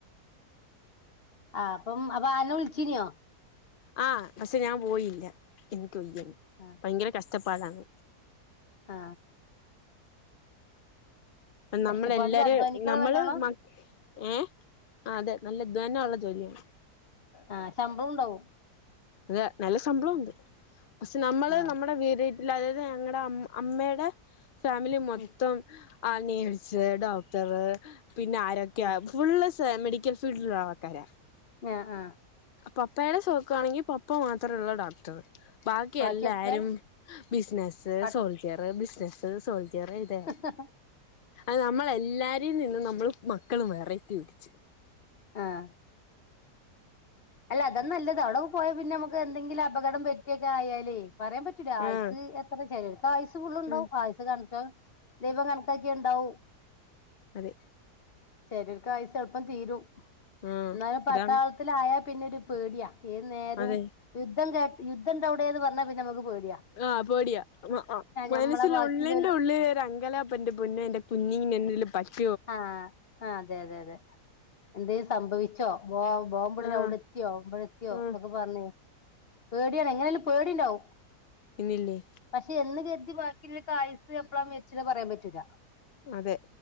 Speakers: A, on the left (about 40°); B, on the left (about 75°).
A: ആ അപ്പം അവ ആന വിളിച്ചീനിയോ
B: ആഹ പക്ഷെ ഞാൻ പോയില്ല ടുയിന്
A: ആ
B: ഭയങ്കര കഷ്ടപ്പാടാണ്
A: ആ
B: നമ്മള
A: കഷ്ടപ്പാടിൽ
B: എല്ലാരും
A: അധ്വാനിക്കണം
B: നമ്മള്
A: നല്ലോണം
B: മ ഏഹ അതെ നല്ല ഇധ്വാന ഉള്ളത് ജോലിയാണ്
A: ആഹ ശമ്പളം ഉണ്ടാവും
B: അത നല്ല സംബളണ്ട് പക്ഷെ നമ്മള്
A: ആ
B: നമ്മുടെ <unintelligible> അതായത് ഞങ്ങടെ അമ്മ അമ്മേടെ ഫാമിലി മൊത്തം
A: ഉം,
B: ആ നേഴ്സ് ഡോക്ടർ പിന്നെ ആരോക്കെയാ
A: ഉം.
B: ഫുള്ള് മെഡിക്കൽ ഫീൽഡിലുള്ള ആൾക്കാര
A: ആഹ ആഹ
B: പപ്പയുടെ സുഖക്കാണെങ്കിൽ പപ്പ മാത്രമള്ള ഡോക്ടർ ബാക്കി
A: ബാക്കിയൊക്കെ
B: എല്ലാരും ബിസിനസ്സ്
A: പ-
B: സോൾജ്യർ ബിസിനസ് സോൾജ്യർ ഇതന്നെ
A: ഹ ഹാ
B: അ നമ്മൾ എല്ലാരേും നിന്നും നമ്മൾ മക്കള് വെറൈറ്റി പിടിച്ച്
A: ആഹ് അല്ല അതും നല്ലതാ അവിടെ പോയ പിന്നെ നമുക്ക് എന്തെങ്കിലും അപകടം പറ്റിയൊക്കെ ആയാലേ പറയാൻ പറ്റൂല്ല ആയുസ്
B: ആഹ്
A: എത്ര ചെലോൽക്ക് ആയുസ് ഫുള്ണ്ടാവും
B: ഉം
A: ആയുസ് കണ്ച്ചോ ദൈവം കണക്കാക്കിയേണ്ടാവൂ
B: അതെ
A: ചെലോർക്ക് ആയുസ് എളുപ്പം തീരും
B: ആഹ്
A: എന്നാലും പട്ടാളത്തിലായ
B: അതാണ്
A: പിന്നെ ഒരു പേടിയാ ഏത് നേരും
B: അതെ
A: യുദ്ധം കേ- യുദ്ധണ്ട് അവിടേന്ന് പറഞ്ഞാൽ പിന്നെ നമുക്ക് പേടി
B: ആ പേടിയാ മനസ്സിൽ
A: ഞമ്മളെ ബാക്കില്ലോല്
B: ഉള്ളിൻറെ ഉള്ള ലൊരു അങ്കലാപ്പ. എന്റെ പൊന്നേ എന്റെ കുഞ്ഞിന് എന്തോലും പറ്റോ
A: ആഹ ആ അതെ അതെ അതെ എന്തേലും സംഭവിച്ചോ? ബോ ബോംമ്പടലവിടെ
B: ആഹ്
A: എത്തിയോ മ്പഴത്തിയോക്കെ
B: ആഹ്
A: പറഞ്ഞേ പേടിയാണ് എങ്ങനായ്ലും പേടിണ്ടാവും
B: പിന്നില്ലേ
A: പക്ഷെ എന്ന് കർതി ബാക്കിള്ള ആയ്സ് എപ്പ്ഴാ മരിച്ചിണത് പറയാൻ പറ്റൂില്ല
B: അതെ